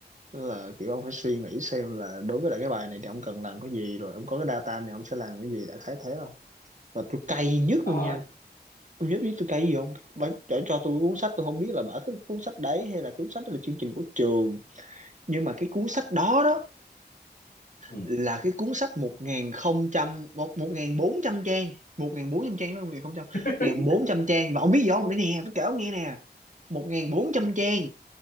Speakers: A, on the right; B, on the left.
A: Tức là kiểu ông phải suy nghĩ xem là đối với lại cái bài này thì ông cần làm cái gì rồi ông có cái data này ông sẽ làm cái gì đại khái thế không và tôi cay nhất
B: Ờ.
A: luôn nha ông biết biết tôi cay gì không bà cho, cho tôi cuốn sách tôi không biết là bà thích cuốn sách đấy hay là cuốn sách đó là chương trình của trường nhưng mà cái cuốn sách đó đó
B: Ừ.
A: là cái cuốn sách một nghìn không trăm một một nghìn bốn trăm trang một nghìn bốn trăm trang với một nghìn không trăm một
B: <laughs>
A: nghìn bốn trăm trang và ông biết gì không để nè tôi kể ông nghe nè một nghìn bốn trăm trang